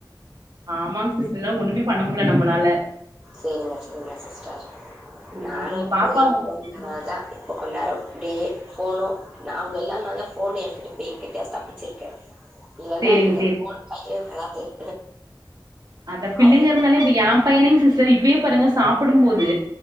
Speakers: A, on the right; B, on the right.
A: ஆமாங்க சிஸ்டர் இன்னு ஒண்ணுமே பண்ண முடில நம்மளால
B: சேரிங்க சேரிங்க சிஸ்டர்
A: ம்
B: நானு
A: உங்க
B: இப்ப
A: பாப்பா
B: எ பொண்ணுனால
A: உங்க
B: தா இப்ப கொஞ்ச நேரோ அப்டியே ஃபோனு நா அவங்க இல்லானால தா ஃபோனு என்கிட்ட இப்ப என்கிட்ட தப்பிச்சிருக்கு இல்லன்னா
A: சேரிங்க
B: இந்த போன் கையிலே வராது <inaudible>
A: அதா பிள்ளுங்க
B: அவங்க
A: இருந்தாலே இப்ப ஏ பையனைங் சிஸ்டர் இப்பயே பாருங்க சாப்புடும்போது